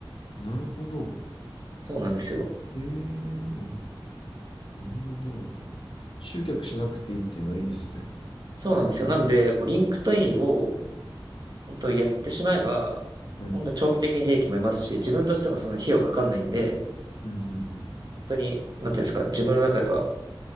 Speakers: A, on the left; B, on the right.
A: なるほど。
B: そうなんですよ。
A: ええあ、なるほど。集客しなくていいっていうのはいいですね。
B: そうなんですよ。なんで、もう LinkedIn を本当やってしまえば、
A: はい。
B: 本当に長期的に利益も得ますし、自分としてもその費用かかんないんで、
A: うん、うん、うん、うん
B: 本当に、なんていうんですか、自分の中では